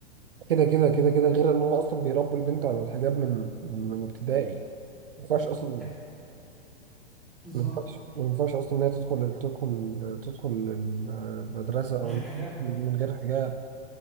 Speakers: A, on the right (about 60°); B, in the centre.
A: كده كده كده كده غير إن هم أصلا بيربوا البنت على الحجاب من من ابتدائي ما ينفعش أصلا
B: يكفيك بالظبط
A: ما ينفعش ما ينفعش أصلا إن هي تدخل تدخل تدخل المدرسة
B: من
A: أو
B: غير حجاب
A: من غير حجاب